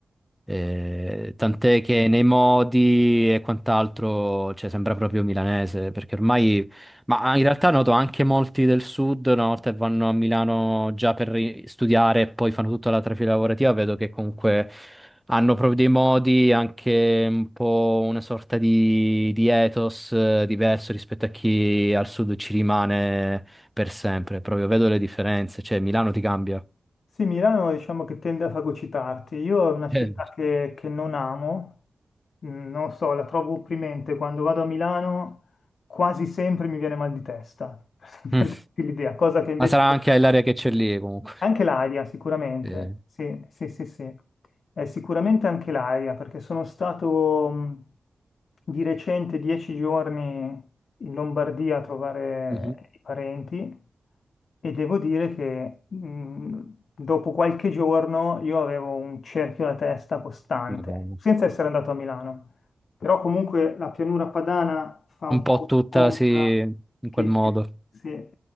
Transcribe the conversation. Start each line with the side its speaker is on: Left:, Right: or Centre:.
Centre: Eh, tant'è che nei modi e quant'altro, cioè, sembra proprio milanese, perché ormai, ma in realtà noto anche molti del sud, una volta che vanno a Milano già per ri- studiare e poi fanno tutta la trafila lavorativa, vedo che comunque hanno proprio dei modi, anche un po' una sorta di, di ethos eh, diverso rispetto a chi al sud ci rimane per sempre. Proprio vedo le differenze, cioè Milano ti cambia.
Left: Sì, Milano diciamo che tende a fagocitarti. Io è una città
Centre: Eh. <laughs>
Left: che, che non amo, Mm, non so, la trovo opprimente. Quando vado a Milano quasi sempre mi viene mal di testa, <laughs> per
Centre: Mm.
Left: per darti l'idea, cosa che invece...
Centre: Ma sarà anche l'area che c'è lì comunque.
Left: Anche l'aria, sicuramente,
Centre: Eh.
Left: sì, sì, sì, sì. Eh, sicuramente anche l'aria, perché sono stato mh, di recente dieci giorni in Lombardia a trovare
Centre: Mhm.
Left: i parenti e devo dire che mh, dopo qualche giorno io avevo un cerchio alla testa costante,
Centre: Madonna.
Left: senza essere andato a Milano. Però comunque la pianura padana fa
Centre: Un
Left: un
Centre: po'
Left: po'
Centre: tutta,
Left: una conca
Centre: sì, in
Left: che,
Centre: quel modo.
Left: che- sì, eh,